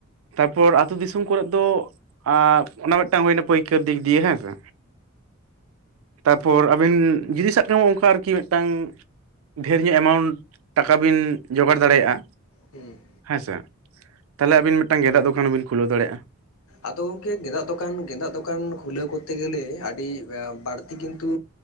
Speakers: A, on the right; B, on the left.
A: ᱛᱟᱯᱚᱨ ᱟᱹᱛᱩ ᱫᱤᱥᱚᱢ ᱠᱚᱨᱮ ᱫᱚ ᱟᱨ ᱚᱱᱟ ᱢᱤᱫᱴᱟᱝ ᱦᱩᱭᱱᱟ ᱯᱟᱹᱭᱠᱟᱹᱨ ᱫᱤᱠ ᱫᱤᱭᱮ ᱦᱮᱸ ᱥᱮ ᱛᱟᱯᱚᱨ ᱟᱵᱤᱱ ᱡᱩᱫᱤ ᱥᱟᱵ ᱠᱟᱜ ᱢᱮ ᱚᱱᱠᱟ ᱟᱨᱠᱤ ᱢᱤᱫᱴᱟᱝ ᱰᱷᱮᱨ ᱧᱚᱜ ᱮᱢᱟᱣᱩᱱᱴ ᱴᱟᱠᱟ ᱵᱤᱱ ᱡᱚᱜᱟᱲ ᱫᱟᱲᱮᱭᱟᱜᱼᱟ
B: ᱦᱩᱸ
A: ᱦᱮᱸ ᱥᱮ ᱛᱟᱦᱚᱞᱮ ᱟᱹᱵᱤᱱ ᱢᱤᱫᱴᱟᱝ ᱜᱮᱫᱟᱜ ᱫᱚᱠᱟᱱ ᱦᱚᱸ ᱵᱤᱱ ᱠᱷᱩᱞᱟᱹᱣ ᱫᱟᱲᱮᱭᱟᱜᱼᱟ
B: ᱟᱫᱚ ᱜᱚᱝᱠᱮ ᱜᱮᱫᱟᱜ ᱫᱚᱠᱟᱱ ᱜᱮᱫᱟᱜ ᱫᱚᱠᱟᱱ ᱠᱷᱩᱞᱟᱹᱣ ᱠᱚᱨᱛᱮ ᱜᱮᱞᱮ ᱟᱹᱰᱤ ᱵᱟᱹᱲᱛᱤ ᱠᱤᱱᱛᱩ